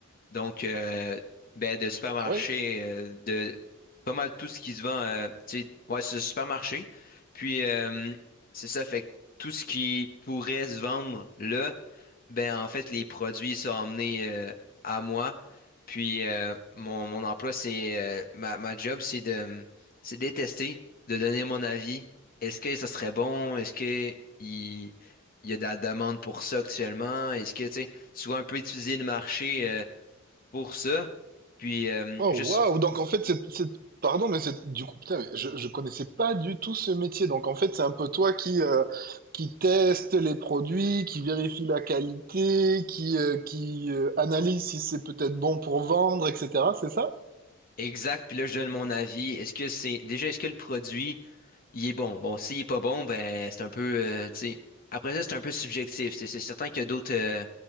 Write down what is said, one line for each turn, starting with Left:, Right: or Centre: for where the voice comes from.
Left: Donc, euh, ben, de supermarchés,
Right: Ah ouais?
Left: euh, de pas mal tout ce qui se vend, euh, tu sais, ouais, c'est un supermarché. Puis, euh, c'est ça, fait que tout ce qui pourrait se vendre là, Ben, en fait, les produits sont emmenés euh, à moi. Puis euh, mon, mon emploi, c'est euh, ma, ma job, c'est de c'est de les tester, de donner mon avis. Est-ce que ça serait bon? Est-ce que il, il y a de la demande pour ça actuellement? Est-ce que tu sais, souvent un peu étudier le marché euh, pour ça? Puis euh,
Right: Oh
Left: juste
Right: waouh! Donc en fait, c'est, c'est- pardon, mais c'est du coup, putain, mais je, je connaissais pas du tout ce métier. Donc en fait, c'est un peu toi qui euh, qui teste les produits, qui vérifie la qualité, qui euh, qui euh, analyse si c'est peut-être bon pour vendre, etc. C'est ça?
Left: exact, puis là, je donne mon avis. Est-ce que c'est déjà est-ce que le produit il est bon. Bon, s'il est pas bon, ben c'est un peu, euh, tu sais. Après ça, c'est un peu subjectif. C'est c'est certain qu'il y a d'autres, euh,